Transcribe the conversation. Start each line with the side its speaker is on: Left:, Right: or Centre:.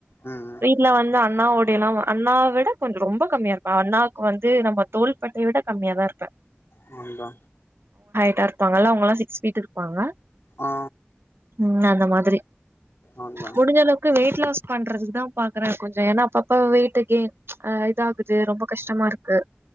Left: ம் ம்
Right: வீட்ல வந்து அண்ணாவோ அப்டியெல்லா அண்ணாவ விட கொஞ்சோ ரொம்ப கம்மியா இருப்ப அண்ணாவுக்கு வந்து நம்ம தோல் பட்டை விட கம்மிய தா இருப்பே
Left: நாந்தா
Right: ஹைட்டாருப்பாங்கல்ல அவங்களா சிக்ஸ் ஃபீட் இருப்பாங்க
Left: ஆ
Right: ம் அந்த மாதிரி
Left: ஆங்க
Right: முடிஞ்சலவு வெயிட் லாஸ் பண்றதுக்கு தா பாக்கறே கொஞ்சோ ஏன்னா அப்பப்ப வெயிட் கெயன் ச் இதாகுது ரொம்ப கஷ்டமா இருக்கு